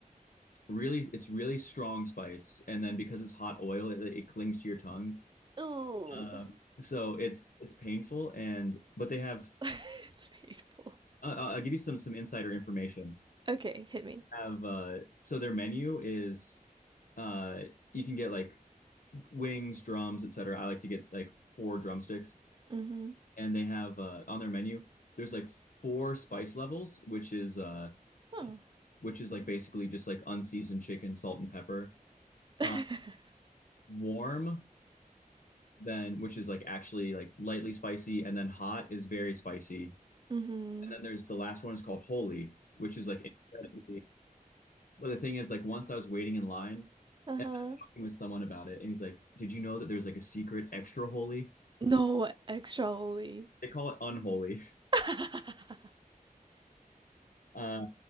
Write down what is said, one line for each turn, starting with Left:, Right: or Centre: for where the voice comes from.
Left: Really, it's really strong spice, and then because it's hot oil, it, it clings to your tongue.
Right: Ooh.
Left: Um, so it's it's painful, and but they have.
Right: <laughs> it's painful.
Left: Uh, I'll I'll give you some some insider information.
Right: Okay, hit me.
Left: Have uh, so their menu is uh, you can get like wings, drums, etc. I like to get like four drumsticks.
Right: Mm-hmm.
Left: and they have uh, on their menu there's like four spice levels which is uh
Right: Oh.
Left: cold, which is like basically just like unseasoned chicken salt and pepper uh,
Right: <laughs>
Left: warm then which is like actually like lightly spicy and then hot is very spicy
Right: mm-hmm.
Left: and then there's the last one is called holy which is like incredibly but the thing is like once i was waiting in line
Right: <laughs> uh-huh.
Left: and I was talking with someone about it and he's like did you know that there's like a secret extra holy
Right: No extra holy.
Left: they call it unholy
Right: <laughs> that
Left: <laughs> uh